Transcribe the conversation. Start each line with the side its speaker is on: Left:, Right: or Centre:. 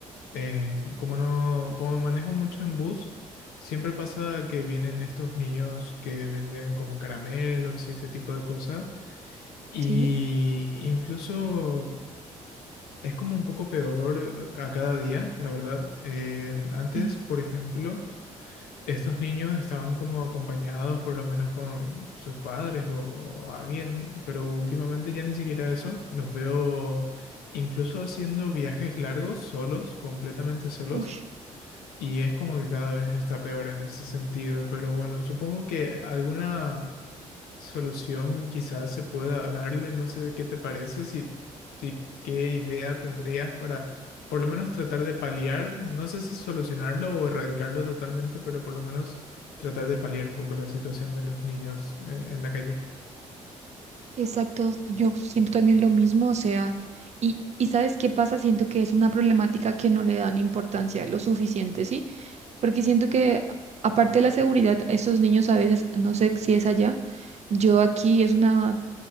Left: eh, como no, como manejo mucho en bus, siempre pasa que vienen estos niños que venden como caramelos y ese tipo de cosas. Y
Right: Sí.
Left: incluso es como un poco peor a cada día, la verdad. Eh, antes,
Right: Sí.
Left: por ejemplo, estos niños estaban como acompañados por lo menos con sus padres o, o alguien, pero últimamente ya ni siquiera eso. Los veo incluso haciendo viajes largos, solos, completamente solos.
Right: Ush.
Left: Y es como que cada vez está peor en ese sentido, pero bueno, supongo que alguna solución quizás se pueda darle, no sé qué te parece, si, si qué idea tendrías para por lo menos tratar de paliar, no sé si solucionarlo o erradicarlo totalmente, pero por lo menos tratar de paliar un poco la situación de los niños eh, en la calle.
Right: Exacto, yo siento también lo mismo, o sea, y, y ¿sabes qué pasa? Siento que es una problemática que no le dan importancia lo suficiente, ¿sí? Porque siento que a- aparte de la seguridad, estos niños a veces, no sé si es allá, yo aquí es una